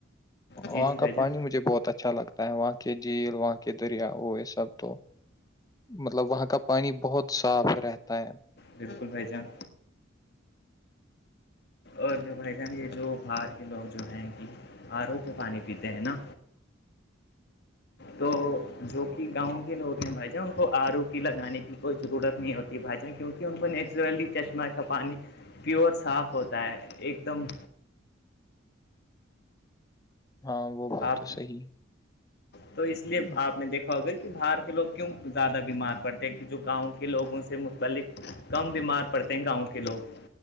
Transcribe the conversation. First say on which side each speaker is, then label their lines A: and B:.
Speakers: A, on the left; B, on the left.
A: جی
B: وہاں
A: جی بھائی
B: کا
A: جان
B: پانی مجھے بہت اچھا لگتا ہے وہاں کے جھیل وہاں کے دریا وہ یہ سب تو مطلب وہاں کا پانی بہت صاف رہتا ہے
A: بالکل بھائی جان اور جو بھائی جان یہ جو باہر کے لوگ جو ہیں کہ آرو کو پانی پیتے ہیں نا تو جو کہ گاؤں کے لوگ ہیں بھائی جان ان کو آرو پی لگانے کی کوئی ضرورت نہیں ہوتی یہ بھاجا کیونکہ ان کو نیچرلی چشمہ کا پانی پیور صاف ہوتا ہے ایک دم
B: ہاں وہ بات
A: آپ
B: تو صحیح
A: تو اس
B: ہے
A: لیے آپ نے دیکھا ا ہو گئی کہ باہر کے لوگ کیوں زیادہ بیمار پڑتے ہیں کہ جو گاؤں کے لوگوں سے متعلق کم بیمار پڑتے ہیں گاؤں کے لوگ